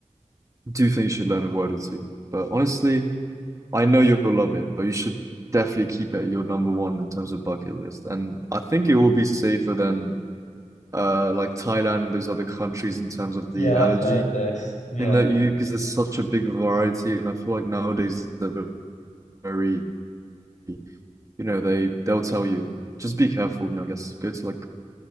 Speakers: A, on the right; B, on the left.
A: do think you should learn a word or two. But honestly, I know you'll love it, but you should definitely keep it your number one in terms of bucket list. And I think it will be safer than uh like Thailand and those other countries in terms of the
B: Yeah,
A: allergy
B: I've heard this. Yeah.
A: thing that you because there's such a big variety and I feel like nowadays they're very you know they they'll tell you just be careful you know I guess go to like